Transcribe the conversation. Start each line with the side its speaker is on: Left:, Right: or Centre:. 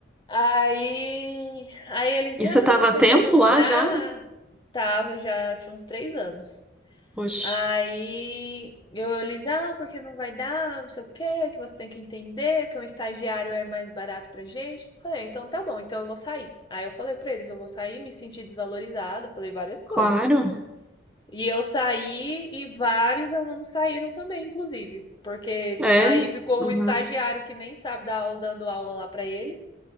Left: Aí, aí eles,
Centre: E
Left: ah,
Centre: você tava a
Left: porque
Centre: tempo
Left: não
Centre: lá
Left: dá?
Centre: já?
Left: Tava, já tinha uns três anos.
Centre: Poxa,
Left: Aí eu, eles, ah, porque não vai dar, não sei o quê, que você tem que entender que um estagiário é mais barato pra gente. Falei, "Ah, então tá bom, então eu vou sair. Aí eu falei pra eles, eu vou sair, me senti desvalorizada, falei várias coisas.
Centre: claro.
Left: E eu saí e vários alunos saíram também, inclusive, porque
Centre: É.
Left: aí ficou
Centre: Uhum,
Left: um estagiário que nem sabe dar aula, dando aula lá para eles,